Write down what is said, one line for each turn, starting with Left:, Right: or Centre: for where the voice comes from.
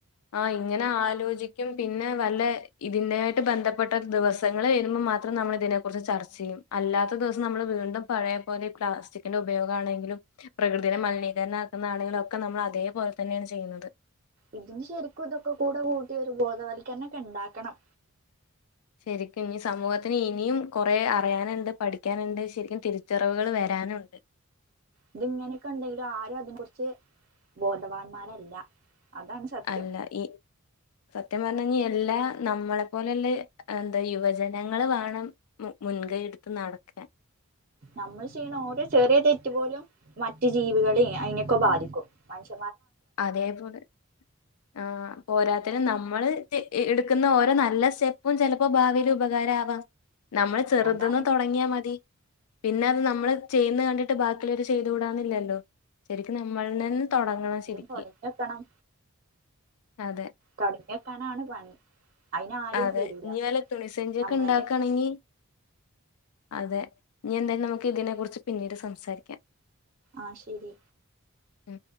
Left: ആ ഇങ്ങനെ ആലോചിക്കും പിന്നെ വല്ല ഇതിന്റൊയിട്ട് ബന്ധപ്പെട്ട ദിവസങ്ങൾ വരുമ്പോൾ മാത്രം നമ്മള തിനെ കുറിച്ച് ചർച്ച ചെയ്യും അല്ലാത്ത ദിവസം നമ്മൾ വീണ്ടും പഴയ പോലെ ഈ പ്ലാസ്റ്റിക്കിന്റെ ഉപയോഗം ആണെങ്കിലും പ്രകൃതിെ മലിനീകരണണം ആക്കുന്ന ആളുകളൊക്കെ നമ്മൾ അതേപോലെ തന്നെയാണ് ചെയ്യുന്നത്
Right: ഇതിന് ശരിക്കും ഇതൊക്കെ കൂടെ കൂട്ടി ഒരു ബോധവൽക്കരണംൊക്കെ ഉണ്ടാക്കണം
Left: ശരിക്കും ഇനി സമൂഹത്തിന് ഇനിയും കുറെ അറിയാനുണ്ട് പഠിക്കാനുണ്ട് ശരിക്കും തിരിച്ചറിവുകൾ വരാ ഞാനണ്ട്
Right: ഇത്ങ്ങനെയൊക്കെ ഉണ്ടെങ്കിലും ആരും അതിനെ കുുറിച്ച് ബോധവാന്മാരല്ല അതാണ് സത്യം
Left: അല്ല ഈ സത്യ എല്ലാ നമ്മളെ പോലെല്ല എന്താ യുവജനങ്ങള് വേണം മുൻകൈ എടു നട്ക്കാൻ
Right: നമ്മൾ ചെയ്യ്ണ ഓരോ ചെറിയ തെറ്റ് പോലും മറ്റു ജീവികളെ അയ്നൊക്ക ബാധിക്കും മൻശ്
Left: അതേപോലെ ആ പോരാത്തന് നമ്മള് ത്തി എടുക്കുന്ന ഓരോ നല്ല സ്റ്റെപ്പും ചെലപ്പോ ഭാവില് ഉപകാരാവാം നമ്മള് ചെറുത്ന്ന്
Right: അതാണ്
Left: തൊടങ്ങിയാ മതി പിന്നെ നമ്മള് ചെയ്യ്ന്ന കണ്ടിട്ട് ബാക്കിള്ളവര് ചെയ്ത് കൂടാന്നില്ലല്ലോ ശരിക്കും നമ്മൾണെ തൊടങ്ങണം ശരി
Right: തൊടങ്ങി ക്കണം
Left: അതെ
Right: തൊട്ങ്ങ്യക്കാനാണ് പണി അയിനാരും
Left: അതെ
Right: വരൂല
Left: ന്നി വല്ല തുണിസഞ്ചിയൊക്കെ
Right: നമ്മളെന്നെ
Left: ണ്ടാക്കാണെങ്കി അതെ ന്നി എന്തായാലും നമുക്ക് ഇതിനെ കുറിച്ച് പിന്നീട് സംസാരിക്കാം
Right: ആഹ് ശരി
Left: ഉം